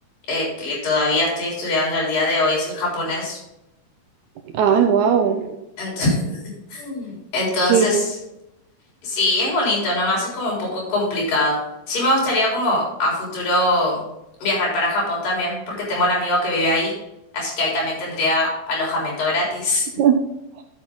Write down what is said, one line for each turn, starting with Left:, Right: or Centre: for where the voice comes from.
Left: eh, que todavía estoy estudiando al día de hoy, es el japonés.
Right: Ah, wow.
Left: Ento- <laughs> Entonces,
Right: Qué bien.
Left: sí, es bonito, nomás es como un poco complicado. Sí me gustaría como a futuro viajar para Japón también, porque tengo un amigo que vive ahí, así que ahí también tendría alojamiento gratis,
Right: <laughs>